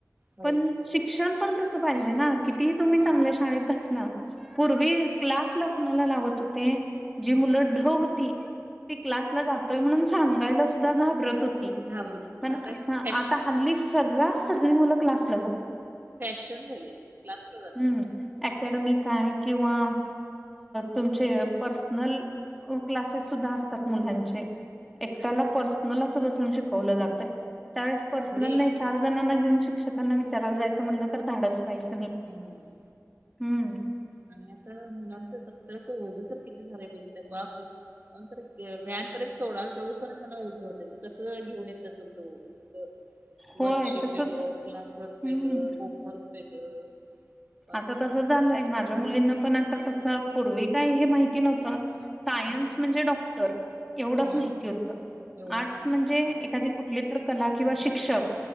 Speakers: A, on the right; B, in the centre.
A: होय
B: पण शिक्षण पण तसं पाहिजे ना किती तुम्ही चांगल्या शाळेत घातला. पूर्वी क्लास ला कुणाला लावत होते जी मुलं ढ होती. त क्लासला जातोय म्हणून सांगायला सुद्धा घाबरत होती
A: घाबरत
B: पण आता
A: फॅश
B: हल्ली सरास सगळी मुलं कलासला जातात.
A: फॅशन झाली आहेत क्लासला जा.
B: हम्म अकॅडमी काय किंवा तुमचे पर्सनल क्लासेस सुद्धा असतात मुलांचे एकट्याला
A: हो.
B: पर्सनल असं बसून शिकवलं जातय. त्यावेळेस पर्सनल
A: घरी
B: नाही चार जणांना घेऊन शिक्षकांना विचाराला जायचं म्हटलं तर धाडस. पैसे नाही
A: हम्म
B: हम्म
A: आणि आता मुलांचं दप्तराचं ओझं तर किती झालंय ग इतलं बाप रे नंतर व्हॅनपर्यंत सोडळा जवळपर्यंत मला ओझ होत कसं घेऊन येत असेल तो उच
B: होय
A: वर्कशीप
B: तसंच
A: वेगळं क्लासवर्क
B: हम्म
A: वेगळं होमवर्क वेगळं. बापरे
B: आता तसं झालंय माझ्या मुलींना पण आता कसं पूर्वी काय हे माहिती नव्हतं. सायन्स
A: हम्म
B: म्हणजे डॉक्टर एवढंच
A: हम्म
B: माहिती होतं
A: एवढंच
B: आर्टस
A: माहिती
B: म्हणजे एखादी कुठली. तर कला किंवा शिक्षक